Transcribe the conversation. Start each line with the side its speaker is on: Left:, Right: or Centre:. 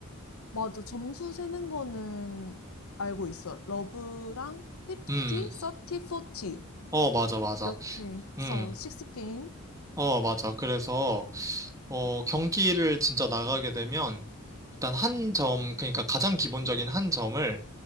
Left: 맞아. 점수 세는 거는 알고 있어. 러브랑 50,
Right: 음,
Left: 30, 40.
Right: 어, 맞아, 맞아.
Left: 이렇게
Right: 음,
Left: 해서 식스 게임.
Right: 어, 맞아. 그래서 어, 경기를 진짜 나가게 되면 일단 한 점, 그러니까 가장 기본적인 한 점을